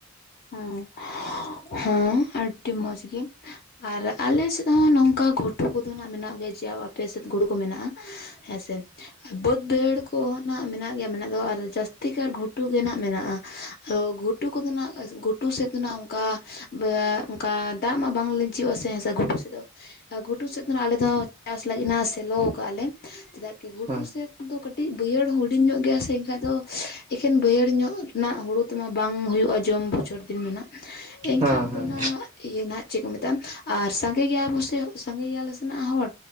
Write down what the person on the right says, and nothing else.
ᱦᱮᱸ
ᱦᱮᱸ ᱦᱮᱸ